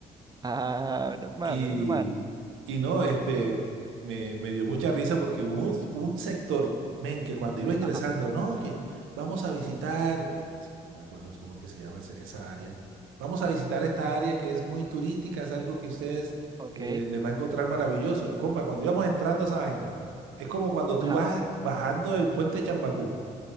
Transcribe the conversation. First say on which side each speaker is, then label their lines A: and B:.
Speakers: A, on the right (about 20°); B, on the right (about 70°).
A: Ah, menos mal,
B: Y,
A: menos mal.
B: y no, este, me, me dio mucha risa porque hubo un, un sector, men, que cuando iba ingresando,
A: Ajá,
B: no, que vamos a visitar, eh, es que no me acuerdo cómo es que se llama ese- esa área, vamos a visitar esta área que es muy turística, es algo que ustedes
A: ok,
B: eh, les va a encontrar maravilloso. Y compa, cuando íbamos entrando a esa vaina, es como cuando tú
A: ajá,
B: vas bajando el puente de Chambacú